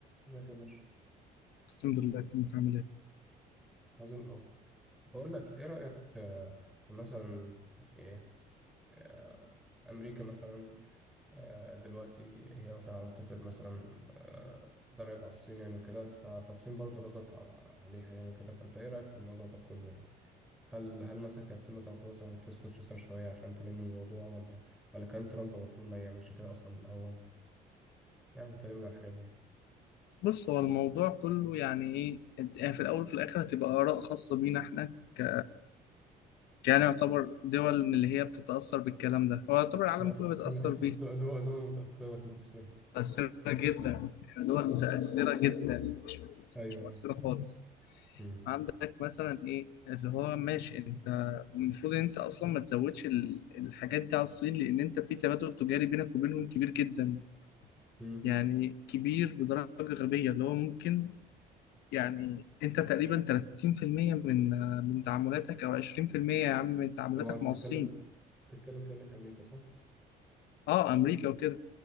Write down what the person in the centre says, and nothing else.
ازيك يا باشا
عظيم أوي بقول لك إيه رأيك آه، في مثلا إيه آه، أمريكا مثلا آه، دلوقتي هي مثلا عاوزة تفرض مثلا آه، ضرائب على الصين يعني وكده ف- فالصين برضو ردت على- عليها يعني وكده فأنت إيه رأيك في الموضوع ده كله يعني؟ هل هل مثلا كانت الصين مثلا المفروض مثلا تسكت مثلا شوية عشان تلم الموضوع ولا ولا كان ترامب المفروض ما يعملش كده أصلا من الأول؟ يعني كلمنا عن الحاجات دي. <laughs>
يا أخي،
أنا
دول دول دول متأثرة مش مقصرة.
ايوه
مم.
مم.
طبعا انت
بتتكلم
بتتكلم كأنك أمريكا صح؟